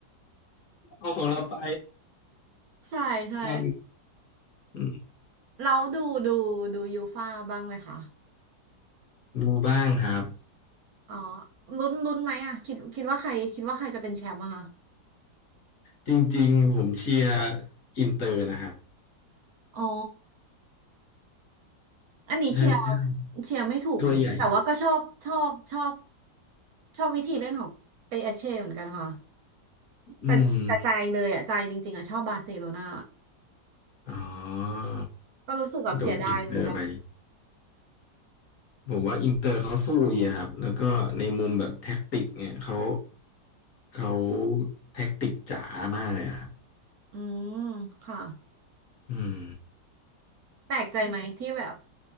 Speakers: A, on the left; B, on the right.
A: เอาของเราไป
B: <laughs> ใช่ใช่
A: ใช่อืม
B: เราดูดูดูยูฟ่าบ้างไหมคะ
A: ดูบ้างครับ
B: อ๋อลุ้นลุ้นไหมอ่ะคิดคิดว่าใครคิดว่าใครจะเป็นแชมป์อะคะ
A: จริงๆผมเชียร์อินเตอร์นะครับ
B: อ๋ออันนี้เชียร์
A: ถ้าถ้า
B: เชียร์ไม่ถูกเหมือนกันแต่ว่าก็ชอบชอบชอบ
A: ถ้วยใหญ่
B: ชอบวิธีเล่นของเปเช่เหมือนกันค่ะแต่แต่ใจเลยอ่ะใจจริงๆอ่ะชอบบาร์เซโลนา
A: อืมอ๋อ
B: ก็รู้สึกแบบเสียดายเหมือนกัน
A: โดนอินเตอร์ไป ผมว่าอินเตอร์เขาสู้ดีอะครับ แล้วก็ในมุมแบบแท็กติกเนี่ยเขาเขาแท็กติกจ๋ามากเลยอะครับ
B: อืมค่ะ
A: อืม
B: แปลกใจไหมที่แบบ